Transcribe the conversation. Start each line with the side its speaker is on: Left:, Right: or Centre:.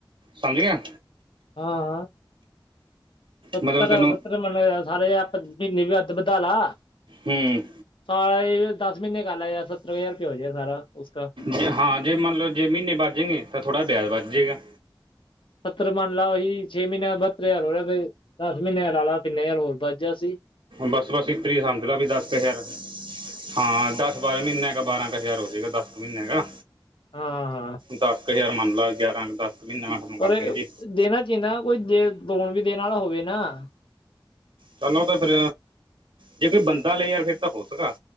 Right: ਸਮਝ ਗਿਆ
Left: ਹਾਂ, ਹਾਂ। ਸਤਰਾ
Right: ਮਤਲਬ ਤੈਨੂੰ
Left: ਸਤਰ ਮਨ ਸਾਰੇ ਮਹੀਨੇ ਵੀ ਅੱਧ ਵਧਾ ਲਾ
Right: ਹੂੰ
Left: ਸਾਰੇ ਦਸ ਮਹੀਨੇ ਕਰ ਲੈ ਯਾਰ ਸੱਤਰ ਹਜ਼ਾਰ ਰੁਪਇਆ ਹੋ ਜਾਏਗਾ ਸਾਰਾ ਉਸਕਾ
Right: ਜੇ ਹਾਂ ਜੇ ਮੰਨਲਓ ਜੇ ਮਹੀਨੇ ਵੱਧ ਜਾਣਗੇ ਤਾਂ ਥੋੜਾ ਬਿਆਜ ਵੱਧ ਜੇਗਾ
Left: ਸੱਤਰ ਮੰਨ ਲਾ ਉਹੀ ਛੇ ਮਹੀਨਿਆਂ ਦਾ ਬਹੱਤਰ ਹਜ਼ਾਰ ਹੋਹਾ ਦਸ ਮਹੀਨਿਆਂ ਦਾ ਲਾ ਲਾ ਤਿੰਨੇ ਹਜ਼ਾਰ ਹੋਰ ਵੱਧ ਜਾ ਸੀ।
Right: ਬਸ ਬਸ ਏਤ੍ਰਾਂ ਹੀ ਸਮਝ ਲਾ ਵੀ ਦਸ ਕ ਹਜ਼ਾਰ। ਹਾਂ, ਦਸ ਬਾਰਾਂ ਮਹੀਨਿਆਂ ਕਾ ਬਾਰਾਂ ਕ ਹਜ਼ਾਰ ਹੋ ਜੇਗਾ ਦਸ ਕ ਮਹੀਨਿਆਂ ਕਾ।
Left: ਹਾਂ-ਹਾਂ
Right: ਦਸ ਕ ਇੱਕ ਹਜ਼ਾਰ ਮੰਨ ਲਾ ਗਿਆਰਾਂ ਕ ਦਸ ਕੁ ਮਹੀਨੇ ਮੈਂ ਖਤਮ
Left: ਪਰ
Right: ਕਰ
Left: ਏ
Right: ਦਈਏ ਜੀ
Left: ਦੇਣਾ ਚਈਂਦਾ ਨਾ, ਕੋਈ ਦੇ ਲੋਣ ਵੀ ਦੇਣ ਵਾਲਾ ਹੋਵੇ। ਨਾ
Right: ਚਲ ਓ ਤੇ ਫੇਰ, ਜੇ ਕੋਈ ਬੰਦਾ ਲਏ ਯਾਰ ਫਿਰ ਤਾਂ ਹੋ ਸਕਾ।